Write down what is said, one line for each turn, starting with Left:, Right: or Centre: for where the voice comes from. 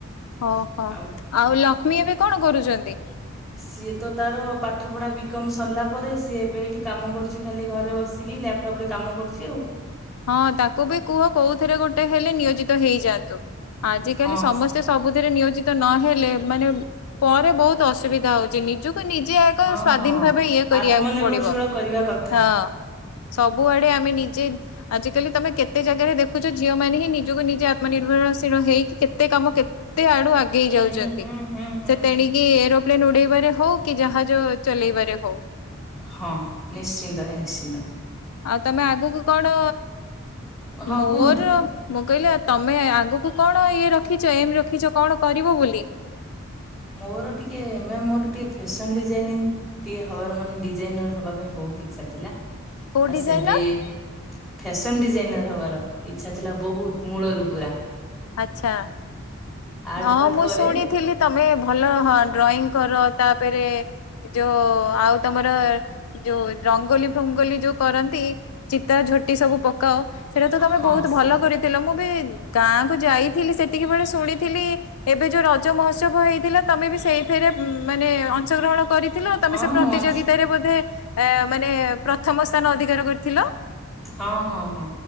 Left: ହ ହୋ
Centre: ଆଉ
Left: ଆଉ ଲକ୍ଷ୍ମୀ ଏବେ କଣ କରୁଚନ୍ତି।
Centre: <inaudible> ସିଏ ତ ତାର ପାଠପଢ଼ା ବି କମ୍ ସରିଲା ପରେ ସିଏ ଏବେ ଏଇଠି କାମ କରୁଛି ଖାଲି ଘରେ ବସିକି ଲାପ୍ ଟପ ରେ କାମ କରୁଛି ଆଉ।
Left: ହଁ ତାକୁ ବି କୁହ କୋଉଥିରେ ଗୋଟେ ହେଲେ ନିୟୋଜିତ ହେଇଯାଆନ୍ତୁ। ଆଜ
Centre: ହଁ
Left: କାଲି ସମସ୍ତେ ସବୁଥିରେ ନିୟୋଜିତ ତ ନହେଲେ ମାନେ ପରେ ବହୁତ ଅସୁବିଧା ହଉଛି ନିଜକୁ କୁ ନିଜେ ଏକ
Centre: ହଁ
Left: ସ୍ଵାଧୀନ
Centre: ହଁ।
Left: ଭାବେ ଇଏ କରିବାକୁ
Centre: ଆତ୍ମନିର୍ଭରଶୀଳ
Left: ପଡିବ
Centre: କରିବା କଥା
Left: ହଁ। ସବୁଆଡେ ଆମେ ନିଜେ ଆଜିକାଲି ତମେ କେତେ ଜାଗାରେ ଦେଖୁଛ ଝିଅ ମାନେ ହିଁ ନିଜକୁ ନିଜେ ଆତ୍ମନିର୍ଭରଶୀଳ ହେଇକି କେତେ କାମ କେ ତେ ଆଡୁ ଆଗେଇ ଯାଉଚନ୍ତି।
Centre: ହୁଁ ହୁଁ ହୁଁ ହୁଁ
Left: ସେ ତେଣିକି
Centre: ହୁଁ।
Left: ଏରୋପ୍ଲେନ ଉଡେଇବାରେ ହଉ କି ଜାହାଜ ଚଲେଇବାରେ ହଉ।
Centre: ହଁ ନିଶ୍ଚିନ୍ତ ନିଶ୍ଚିନ୍ତ।
Left: ଆଉ ତମେ ଆଗକୁ କଣ
Centre: ହଁ
Left: ମୋର
Centre: କୁହନ୍ତୁ।
Left: ମୁଁ କହିଲି ତମେ ଆଗକୁ କଣ ଇଏ ରଖିଛ ଏମ୍ ରଖିଛ କଣ କରିବ ବୋଲି।
Centre: ମୋର ଟିକେ ଏମ ମ ମୋର ଟିକେ ଫ୍ୟାସନ ଡିଜାଇନିଂ ଟିକେ ହବାର ମାନେ ଡିଜାଇନର ହବା ପାଇଁ ବହୁତ ଇଚ୍ଛା ଥିଲା।
Left: କୋଉ
Centre: ଆ
Left: ଡିଜାଇନର
Centre: ସେବେ ଫ୍ୟାସନ ଡିଜାଇନର ହବାର ଇଚ୍ଛା ଥିଲା ବହୁତ ମୂଳରୁ ପୁରା।
Left: ଆଛା।
Centre: ଆର୍ଟ
Left: ହଁ
Centre: ଫାର୍ଟ
Left: ମୁଁ
Centre: କରେ
Left: ଶୁଣିଥିଲି ତମେ ଭଲ ହଁ ଡ୍ରଇଂ କର ତାପରେ ଯୋଉ ଆଉ ତମର ଯୋଉ ରଙ୍ଗୋଲି ଫଙ୍ଗୋଲି ଯୋଉ କରନ୍ତି ଚିତା ଝୋଟି ସବୁ ପକାଅ ସେଇଟା ତ ତମେ
Centre: ହଁ
Left: ବହୁତ
Centre: ସେଟା
Left: ଭଲ କରିଥିଲ ମୁଁ ବି ଗାଁକୁ ଯାଇଥିଲି ସେତିକି ବେଳେ ଶୁଣିି ଥିଲି ଏବେ ଯୋଉ ରଜ ମହୋତ୍ସବ ହେଇଥିଲା ତମେ ବି ସେଇଥିରେ ମାନେ ଅ ଅଂଶଗ୍ରହଣ କରିଥିଲ ତମେ
Centre: ହଁ
Left: ସେ ପ୍ରତିଯୋଗିତାରେ
Centre: ମୁଁ
Left: ବୋଧେ ଏ ମାନେ ପ୍ରଥମ ସ୍ଥାନ ଅଧିକାର କରିଥିଲ।
Centre: ହଁ ହଁ ହଁ